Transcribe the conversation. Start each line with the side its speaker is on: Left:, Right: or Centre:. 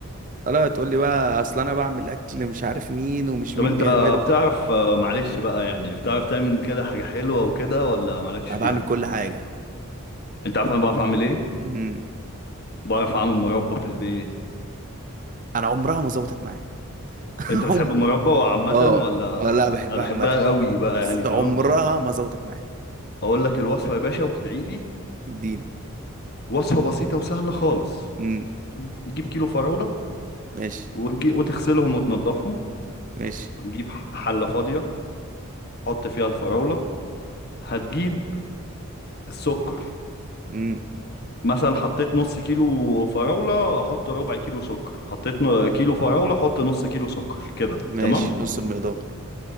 Right: الا تقول لي بقى اصل انا بعمل اكل مش عارف مين ومش
Left: طب
Right: مين
Left: انت
Right: بيعمله
Left: بتعرف آه، معلش بقى يعني بتعرف تعمل كده حاجة حلوة وكده ولا مالكش
Right: انا
Left: فيها
Right: بعمل كل حاجه
Left: انت عارف انا بعرف اعمل ايه
Right: امم
Left: بعرف اعمل مربى في البيت
Right: انا عمرها ما ظبطت معايا <laughs>
Left: انت بتحب
Right: عمر
Left: المربى عامة
Right: اه
Left: ولا
Right: اه لا بحبها
Left: انا بحبها
Right: عامه
Left: قوي بقى
Right: بس
Left: يعني تمام
Right: عمرها ما ظبطت معايا
Left: اقول لك الوصفة يا باشا وتدعي لي
Right: ادينا
Left: وصفة بسيطة وسهلة خالص
Right: امم
Left: تجيب كيلو فراولة
Right: ماشي
Left: وتجي- وتغسلهم وتنضفهم
Right: ماشي
Left: تجيب حلة فاضية حط فيها الفراولة هتجيب السكر
Right: امم
Left: مثلا حطيت نص كيلو فراولة حط ربع كيلو سكر حطيت ن- كيلو فراولة حط نص كيلو سكر كده
Right: ماشي
Left: تمام
Right: نص المقدار